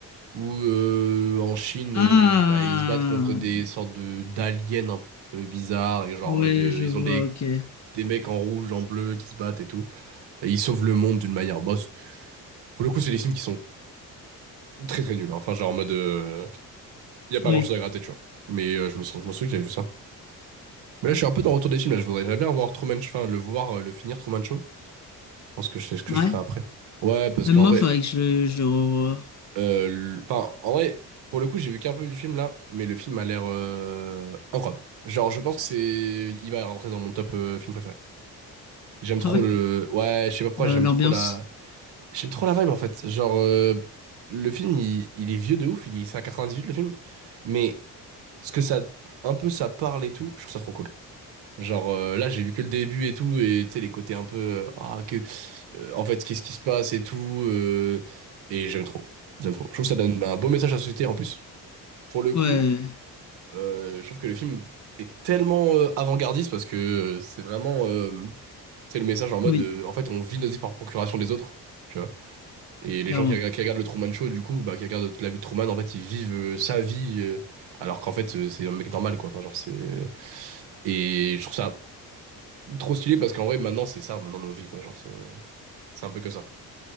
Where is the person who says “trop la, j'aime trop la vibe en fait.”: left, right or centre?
Right